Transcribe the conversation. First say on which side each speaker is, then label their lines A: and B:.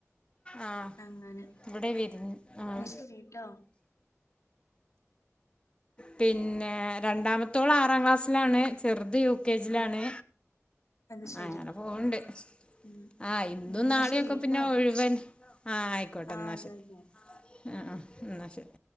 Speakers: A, on the left (about 20°); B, on the left (about 80°).
A: ആഹ്
B: അങ്ങനെ
A: ഇവടെ വെരുന്നു ആഹ്
B: എന്നാ ശരിട്ടോ
A: പിന്നെ രണ്ടാമത്തോള് ആറാം ക്ലാസ്സിലാണ് ചെറുത് U K U K G ലാണ്
B: ആ അത് ശരി
A: അങ്ങനെ പോകണ്ട്
B: ഉം
A: ആ ഇന്നും
B: ഉം എന്നാ
A: നാളെയൊക്കെ
B: ശരിട്ടോ
A: പിന്നെ ഒഴിവെൻ ആ ആയിക്കോട്ടെ
B: ആ
A: ഇന്നാ
B: അതെ
A: ശെരി
B: അതെ
A: ആ ആ എന്നാ ശെരി